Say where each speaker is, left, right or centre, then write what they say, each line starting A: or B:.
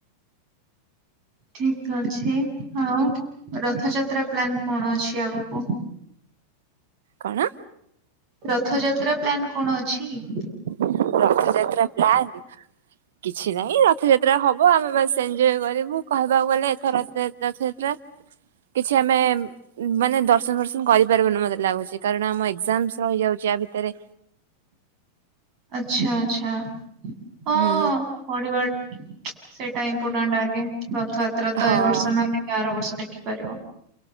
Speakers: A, on the right; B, on the right.
A: ଠିକ ତ ଅଛି ଆଉ ରଥଯାତ୍ରା ପ୍ଲାନ କଣ ଅଛି ଆଗକୁ?
B: କଣ?
A: ରଥଯାତ୍ରା ପ୍ଲାନ କଣ ଅଛି କି?
B: <inaudible> ରଥଯାତ୍ରା ପ୍ଲାନ କିଛି ନାହିଁ ରଥଯାତ୍ରା ହବ ଆମେ ବାସ ଏନଜୟ କରିବୁ କହିବାକୁ ଗଲେ ଏଥରଥ ରଥଯାତ୍ରା କିଛି ଆମେ ମାନେ ଦର୍ଶନ ଫର୍ଶନ କରିପାରିବନୁ ମତେ ଲାଗୁଛି କାରଣ ଆମ ଏକ୍ଜାମସ ରହିଯାଉଛି ୟା ଭିତରେ।
A: ଆଛା ଆଛା ହ
B: ହୁଁ
A: ପଡିବାର ସେଇଟା ଇମ୍ପୋର୍ଟାଣ୍ଟ ଆଗେ ରଥଯାତ୍ରା ତ
B: ହଁ
A: ଏ ବର୍ଷ ନହଲେ ଆର ବର୍ଷ ଦେଖିପାରିବ